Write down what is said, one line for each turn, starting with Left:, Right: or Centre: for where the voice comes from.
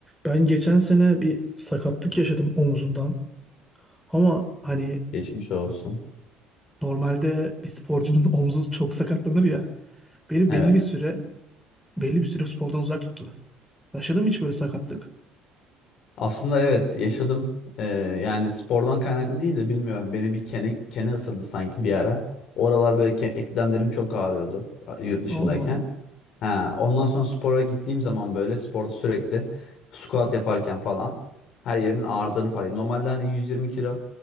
Centre: Ben geçen sene bir sakatlık yaşadım omzumdan. Ama hani
Left: Geçmiş olsun.
Centre: normalde bir sporcunun <laughs> omzu çok sakatlanır ya. Beni
Left: Evet.
Centre: belli bir süre belli bir süre spordan uzak tuttu. Yaşadım hiç böyle sakatlık.
Left: Aslında evet yaşadım. Ee, yani spordan kaynaklı değil de bilmiyorum. Beni bir kene, kene ısırdı sanki bir ara. Oralar böyle ke- eklemlerim çok ağrıyordu a- yurt dışındayken.
Centre: Allah Allah.
Left: Ha, ondan sonra spora gittiğim zaman böyle sporda sürekli squat yaparken falan her yerimin ağrıdığını fark ettim. Normalde hani 120 kilo